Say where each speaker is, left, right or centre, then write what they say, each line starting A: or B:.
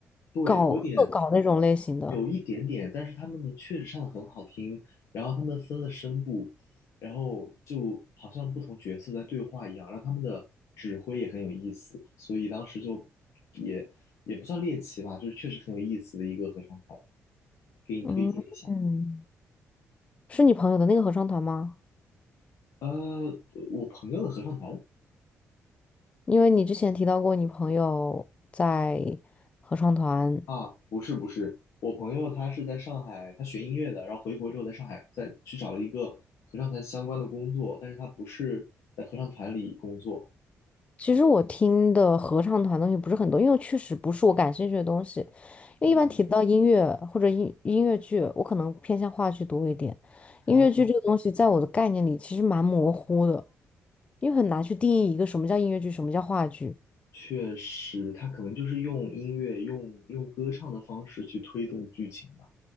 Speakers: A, on the left; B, on the left.
A: 对，
B: 搞恶搞那种类型的。
A: 有点有一点点，但是他们确实唱的很好听，然后他们分了声部，然后就好像不同角色在对话一样，然后他们的指挥也很有意思，所以当时就也也不算猎奇吧，就是确实很有意思的一个合唱团，给你推荐一下。
B: 嗯嗯，是你朋友的那个合唱团吗？
A: 呃，我朋友的合唱团
B: 因为你之前提到过你朋友在合唱团，
A: 啊，不是不是，我朋友他是在上海，他学音乐的，然后回国之后在上海再去找了一个合唱团相关的工作，但是他不是在合唱团里工作。
B: 其实我听的合唱团东西不是很多，因为确实不是我感兴趣的东西。因为一般提到音乐或者音音乐剧，
A: 嗯，
B: 我可能偏向话剧多一点。音乐剧这个东西，
A: 哦，
B: 在我的概念里其实蛮模糊的，因为很难去定义一个什么叫音乐剧，什么叫话剧。
A: 确实，他可能就是用音乐、用用歌唱的方式去推动剧情吧。